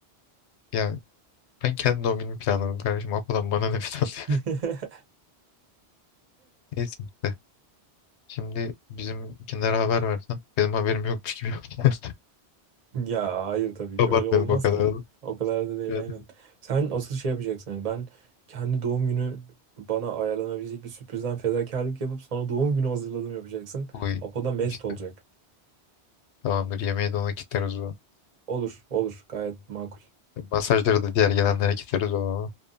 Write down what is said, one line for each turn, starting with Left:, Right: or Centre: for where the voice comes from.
Left: Ya ben kendi doğum günümü planladım kardeşim. Apo'dan bana ne falan.
Right: <laughs>
Left: <laughs> Neyse işte. Şimdi bizimkinlere haber versen. Benim haberim yokmuş gibi. yaptın.
Right: Ya hayır tabii
Left: <laughs> Abartmayalım
Right: ki öyle olmaz
Left: o kadar
Right: ki.
Left: da.
Right: O kadar da değil
Left: Evet.
Right: aynen. Sen asıl şey yapacaksın. Yani ben kendi doğum günü bana ayarlanabilecek bir sürprizden fedakarlık yapıp sana doğum günü hazırladım yapacaksın.
Left: Oy
Right: Apo da mest
Left: işte.
Right: olacak.
Left: Tamamdır yemeği de ona kitleriz o.
Right: Olur olur gayet makul.
Left: Masajları da diğer gelenlere kitleriz o.